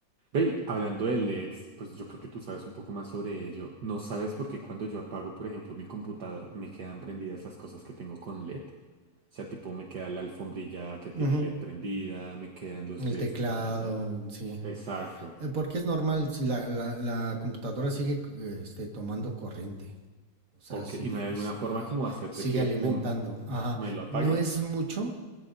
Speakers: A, on the right; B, on the right.
A: Ve, y hablando de LEDs, pues yo creo que tú sabes un poco más sobre ello. ¿No sabes por qué cuando yo apago, por ejemplo, mi computador, me quedan prendidas las cosas que tengo con LED? O sea, tipo, me queda la alfombrilla que tiene
B: Ujú,
A: LED prendida, me quedan los
B: El
A: LEDs
B: teclado,
A: del computador.
B: sí.
A: Exacto.
B: Eh, Porque es normal, si la, la- la computadora sigue eh, este, tomando corriente. O sea,
A: Ok,
B: sí,
A: ¿y no hay alguna
B: es-
A: forma
B: eh,
A: como hacer
B: sigue
A: de que,
B: alimentando.
A: pum,
B: Ajá.
A: me lo apague?
B: No es mucho,